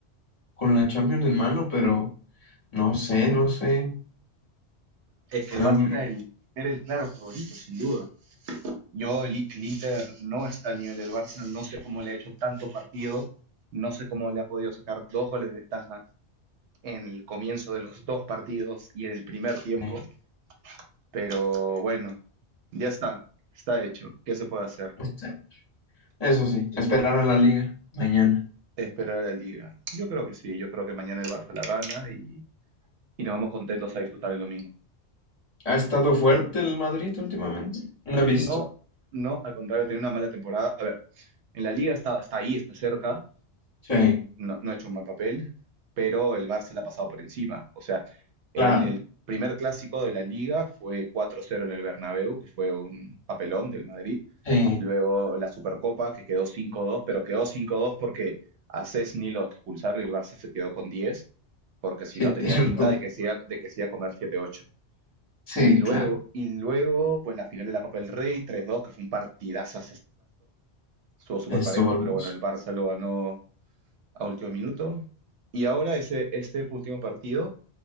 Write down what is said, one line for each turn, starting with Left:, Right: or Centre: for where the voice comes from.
Left: con la Champions en mano, pero no sé, no sé,
Right: Es que
Left: fue,
Right: el Barça
Left: un-
Right: era el, era el claro favorito, sin duda. Yo, el, el Inter no está al nivel del Barça, no sé cómo le ha hecho tanto partido, no sé cómo le ha podido sacar dos goles de ventaja en el comienzo de los dos partidos y en el primer tiempo,
Left: eh,
Right: pero bueno, ya está, está hecho. ¿Qué se puede hacer?
Left: este, eso sí, esperar a la liga mañana.
Right: Esperar a la liga. Yo creo que sí, yo creo que mañana el Barça la gana y, y nos vamos contentos a disfrutar el domingo.
Left: ¿Ha estado fuerte el Madrid últimamente? No he visto.
Right: No, no, al contrario, tener una mala temporada. A ver, en la liga está, está ahí, está cerca,
Left: Sí,
Right: no, no ha hecho un mal papel, pero el Barça le ha pasado por encima. O sea, el,
Left: claro.
Right: el primer clásico de la liga fue cuatro cero en el Bernabéu, que fue un papelón del Madrid.
Left: Sí,
Right: Luego la Supercopa, que quedó cinco dos, pero quedó cinco dos porque a Cesny lo expulsaron y el Barça se quedó con 10, porque si
Left: sí,
Right: no tenía
Left: es cierto.
Right: pinta de que se iba, de que se iba a comer siete ocho.
Left: Sí,
Right: Y luego,
Left: claro.
Right: y luego, pues la final de la Copa del Rey, tres dos, que fue un partidazo, estuvo súper
Left: Estuvo
Right: parejo,
Left: hermoso.
Right: pero bueno, el Barça lo ganó a último minuto. Y ahora ese, este último partido